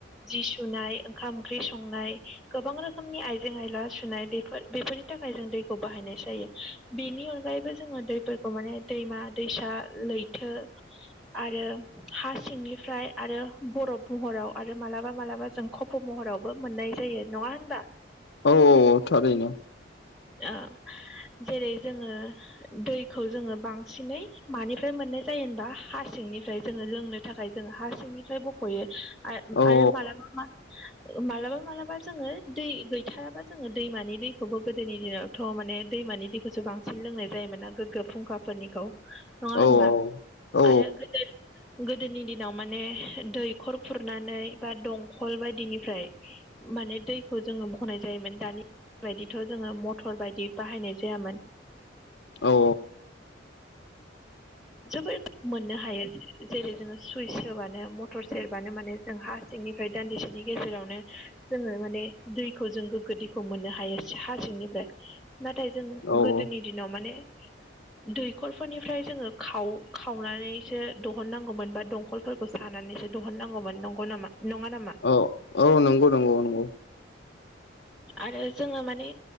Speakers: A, in the centre; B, on the left (about 60°).
A: जि सुनाय ओंखाम ओंख्रि संनाय गोबां रोखोमनि आइजें आयला सुनाय बेफोर बेफोर थाखाय जों दैखौ बाहायनाय जायो बेनि अनगायैबो जोङो दैफोरखौ माने दैमा दैसा लै तो आरो हा सिंनिफ्राय आरो बरफ महराव आरो मालाबा मालाबा जों खप' महरावबो मोननाय जायो नङा होनबा
B: औ औ औ थारैनो
A: ओ जेरै जोङो दैखौ जोङो बांसिनै मानिफ्राय मोननाय जायो होनबा हा सिंनिफ्राय जोङो लोंनो थाखाय जों हा सिंनिफ्राय बख'यो आरो
B: औ
A: आरो मालाबा मा मालाबा मालाबा जोङो दै गैथाराबा जोङो दैमानि दैखौबो गोदोनि दिनावथ' माने दैमानि दैखौसो बांसिन लोंनाय जायोमोना गोग्गो फुंखाफोरनिखौ नङा होनबा
B: औ औ
A: आरो गोदो गोदोनि दिनाव माने दैखर खुरनानै बा दंखल बायदिनिफ्राय माने दैखौ जोङो बखनाय जायोमोन दानि बायदि थ' जोङो मटर बायदि बाहायनाय जायामोन
B: औ
A: जोबोद मोननो हायो जेरै जोङो सुइस सोबानो मटर सेरबानो माने जों हा सिंनिफ्राय दान्दिसेनि गेजेरावनो जोङो माने दैखौ जों गोग्गो दैखौ मोननो हायो हा सिंनिफ्राय नाथाय जों
B: औ
A: गोदोनि दिनाव माने दैखरफोरनिफ्राय जोङो खाव खावनानैसो दहननांगौमोन बा दंखलफोरखौ <unintelligible> नानैसो दहननांगौमोन नंगौ नामा नङा नामा?
B: अ औ नंगौ नंगौ नंगौ
A: आरो जोङो माने